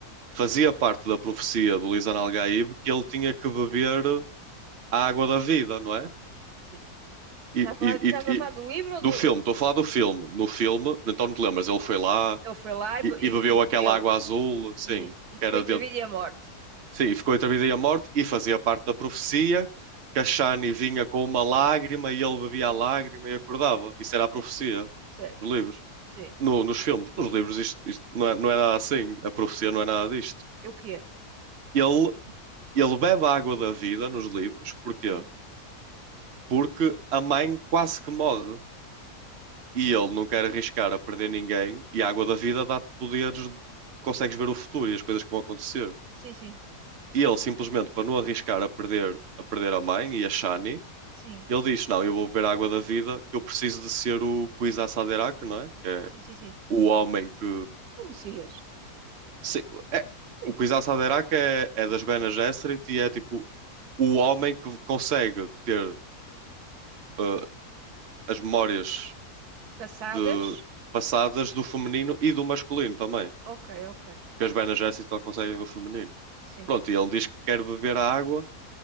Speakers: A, on the right; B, on the right.
A: fazia parte da profecia do Lisan Al-Gaib que ele tinha que beber a água da vida, não é?
B: sim. Estás
A: E,
B: a falar
A: e-
B: estás
A: e-
B: a
A: e-
B: falar do livro ou
A: do
B: do,
A: filme,
B: ou do
A: estou a falar do filme. No filme, então não te lembras, ele foi lá
B: Ele foi lá e,
A: e,
B: be-
A: e
B: e-
A: bebeu
B: e bebeu
A: aquela água azul, sim,
B: e, e ficou
A: que era
B: entre
A: dentro.
B: a vida e a morte.
A: Sim, e ficou entre a vida e a morte e fazia parte da profecia que a Shani vinha com uma lágrima e ele bebia a lágrima e acordava. Isso era
B: Certo,
A: a profecia
B: certo.
A: dos livros.
B: Sim.
A: no- nos filmes, nos livros, isto, isto não é, não é nada assim. A profecia não é nada disto.
B: Eu quero.
A: Ele, ele bebe a água da vida nos livros, porquê?
B: Sim.
A: Porque a mãe quase que morre e ele não quer arriscar a perder ninguém. E a água da vida dá-te poderes, consegues ver o futuro e as coisas que vão acontecer.
B: Sim, sim.
A: E ele, simplesmente, para não arriscar a perder a, perder a mãe e a Shani,
B: Sim.
A: ele diz: Não, eu vou beber a água da vida, que eu preciso de ser o Kwisatz Haderach, não é? Que é
B: Sim, sim, sim.
A: o homem que
B: O Messias.
A: Sim, é-
B: Sim.
A: o Quis à Saderac é, é das Bene Gesserit e é tipo o homem que consegue ter eh, as memórias
B: Passadas.
A: de passadas do feminino e do masculino também,
B: Ok, ok.
A: que as Bene Gesserit só conseguem do feminino.
B: Sim.
A: Pronto, e ele diz que quer beber a água